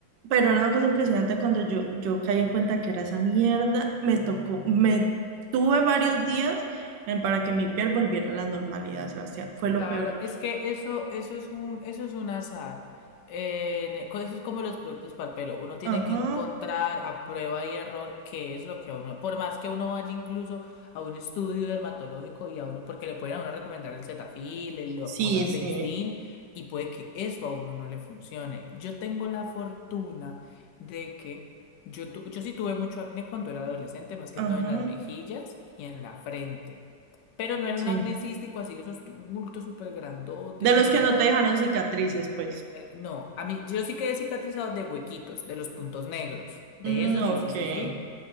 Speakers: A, on the right; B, on the left.
A: Pero era una cosa impresionante cuando yo, yo caí en cuenta que era esa mierda. Me tocó, me tuve varios días en- para que mi piel volviera a la normalidad, Sebastián. Fue lo
B: Claro,
A: peor.
B: es que eso, eso es un, eso es un azar. Eh, ne- co- eso es como los productos para el pelo. Uno tiene
A: Ajá.
B: que encontrar a prueba y error qué es lo que a uno, por más que uno vaya incluso a un estudio dermatológico y a uno, porque le pueden a uno recomendar el Cetaphil, el- lo-
A: Sí,
B: cosas
A: sí.
B: de Isdin, y puede que eso a uno no le funcione. Yo tengo la fortuna de que yo, tu- yo sí tuve mucho acné cuando era adolescente, más que
A: Ajá.
B: todo en las mejillas y en la frente. Pero no era
A: Sí.
B: un acné cístico así de esos tumultos súper grandotes
A: De los
B: y
A: que no
B: una...
A: te dejaron cicatrices, pues.
B: eh, no, a mí yo sí quedé cicatrizado de huequitos, de los puntos negros. De
A: Mm,
B: esos
A: ok.
B: yo sí sufrí